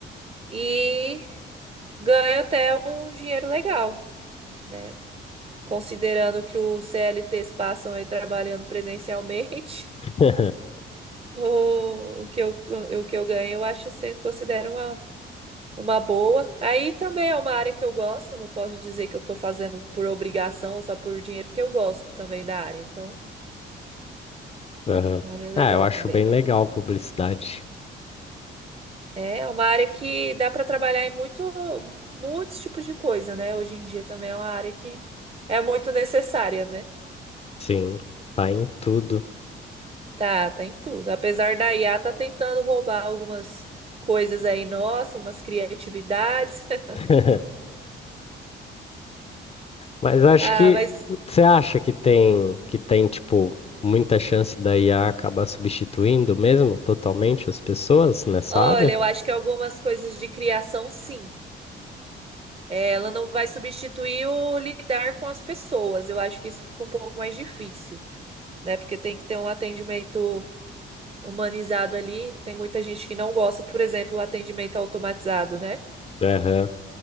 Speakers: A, on the right; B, on the left.
A: e ganho até um dinheiro legal, né? Considerando que os CLTs passam aí trabalhando presencialmente,
B: <laughs>
A: <laughs> o o que eu, o que eu ganho, eu acho que considero uma, uma boa. Aí também é uma área que eu gosto, não posso dizer que eu tô fazendo por obrigação ou só por dinheiro, porque eu gosto também da área. Então,
B: aham.
A: a área é legal
B: Ah, eu acho
A: também.
B: bem legal publicidade.
A: É uma área que dá para trabalhar em muito, muitos tipos de coisa, né? Hoje em dia também é uma área que é muito necessária, né?
B: Sim, tá em tudo.
A: Tá, tá em tudo. Apesar da IA tá tentando roubar algumas coisas aí, nossa, umas criatividades. <laughs>
B: <laughs> Mas acho
A: Ah,
B: que
A: mas
B: você acha que tem que tem tipo muita chance da IA acabar substituindo mesmo totalmente as pessoas nessa
A: olha,
B: área?
A: eu acho que algumas coisas de criação, sim. É, Ela não vai substituir o lidar com as pessoas. Eu acho que isso fica um pouco mais difícil, né? Porque tem que ter um atendimento humanizado ali. Tem muita gente que não gosta, por exemplo, do atendimento automatizado, né?
B: Aham,